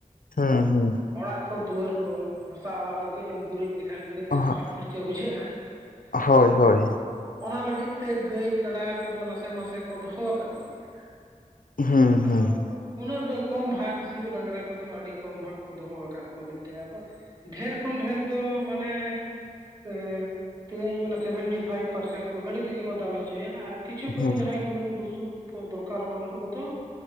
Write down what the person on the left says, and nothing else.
ᱦᱮᱸ ᱦᱮᱸ
ᱦᱩᱸ
ᱦᱳᱭ
ᱦᱳᱭ
ᱦᱩᱸ ᱦᱩᱸ ᱦᱩᱸ
ᱦᱩᱸ